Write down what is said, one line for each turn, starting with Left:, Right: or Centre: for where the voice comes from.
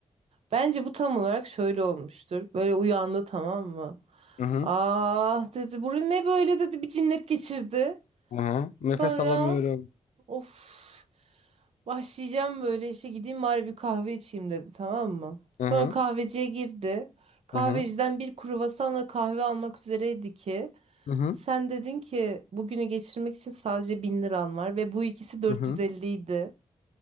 Right: Bence bu tam olarak şöyle olmuştur. Böyle uyandı tamam mı?
Left: Hı hı.
Right: Ah dedi. Bu ne böyle dedi bir cinnet geçirdi.
Left: Hı hı. Nefes
Right: Sonra
Left: alamıyorum.
Right: Of. Başlayacağım böyle işe gideyim bari bir kahve içeyim dedi tamam mı? Sonra
Left: Hı hı.
Right: kahveciye girdi. Kahveciden
Left: Hı hı.
Right: bir kruvasanla kahve almak üzereydi ki
Left: Hı hı.
Right: sen dedin ki bugünü geçirmek için sadece 1000 liran var ve bu ikisi 450
Left: Hı hı.
Right: idi.